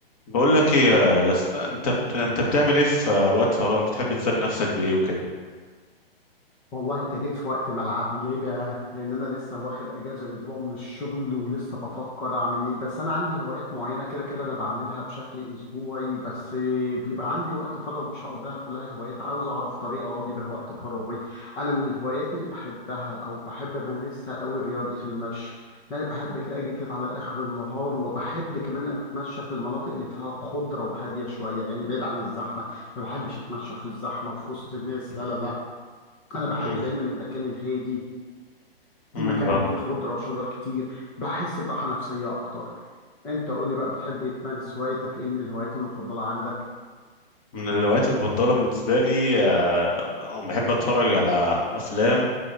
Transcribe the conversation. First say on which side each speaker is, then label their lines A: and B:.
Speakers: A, on the left (about 40°); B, in the centre.
A: بقول لك ايه يا اسطى انت بت... انت بتعمل ايه في وقت فراغ بتحب تسلي نفسك بايه وكده
B: والله انت جيت في وقت ملعبي ليه بقى لان انا لسه واخد اجازه اسبوع من الشغل ولسه بفكر اعمل ايه بس انا عندي هوايات معينه كده كده انا بعملها بشكل اسبوعي بس بيبقى عندي وقت فراغ مش هقضيها كلها هوايات عاوز اعرف طريقه اقضي بيها وقت فراغي انا من الهوايات اللي بحبها او بحب امارسها قوي رياضه المشي يعني بحب اجي كده على اخر النهار وبحب كمان اتمشى في المناطق اللي فيها خضره وهاديه شويه يعني بعيد عن الزحمه ما بحبش اتمشى في الزحمه في وسط الناس لا لا لا انا بحب
A: مم.
B: دايما المكان الهادي
A: مم.
B: المكان
A: آه.
B: اللي فيه خضره وشجر كتير بحس براحه نفسيه اكتر انت قول لي بقى بتحب تمارس هوايتك ايه من الهوايات المفضله عندك
A: من الهوايات المفضله بالنسبه لي آه، آه، بحب اتفرج على افلام